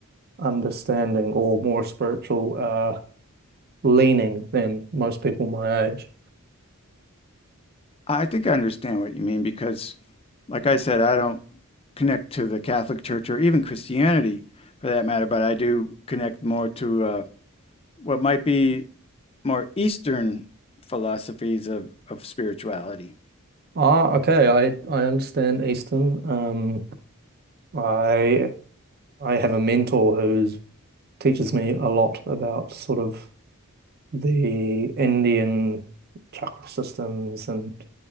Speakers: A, on the right (about 45°); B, on the left (about 25°).
A: understanding or more spiritual uh leaning than most people my age.
B: I think I understand what you mean because, like I said, I don't connect to the Catholic Church or even Christianity for that matter, but I do connect more to uh, what might be more Eastern philosophies of, of spirituality.
A: Ah, okay, I I understand Eastern. Um I I have a mentor who teaches me a lot about sort of the Indian chakra systems and